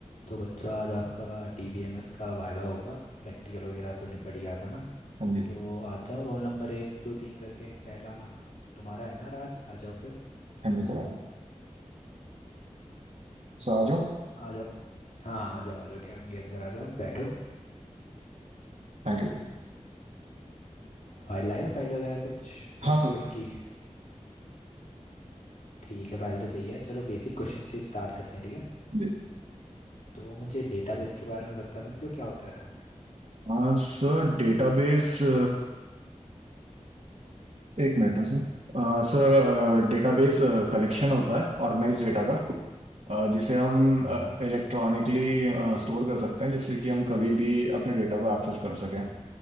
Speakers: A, on the left (about 80°); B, on the right (about 65°).
A: तो बच्चों आज आपका टीबीएमएस का वाइवा होगा प्रैक्टिकल वगैरह तो निपट गया था ना
B: हाँ जी सर
A: तो आ जाओ रोल नंबर एक दो तीन करके पहला तुम्हारा है ना राज आ जाओ फिर
B: हाँ जी सर हाँ। सर आ जाओ
A: आ जाओ हाँ आ जाओ आ जाओ कैबिन के अंदर आ जाओ बैठो
B: Thank you sir.
A: फाइल लाओ फाइल वगैरह कुछ प्रैक्टिकल
B: हाँ सर
A: की ठीक है फाइल तो सही है चलो बेसिक क्वेश्चन से स्टार्ट करते हैं ठीक है
B: जी
A: तो मुझे डेटाबेस के बारे में बता सकते हो क्या होता है
B: आ, सर डेटाबेस अ, एक मिनट ना सर आ, सर डेटाबेस कलेक्शन होता है ऑर्गेनाइज डेटा का अ, जिसे हम
A: हाँ हाँ
B: इलेक्ट्रॉनिकली स्टोर कर सकते हैं जिससे कि हम कभी भी अपने डेटा को एक्सेस कर सकें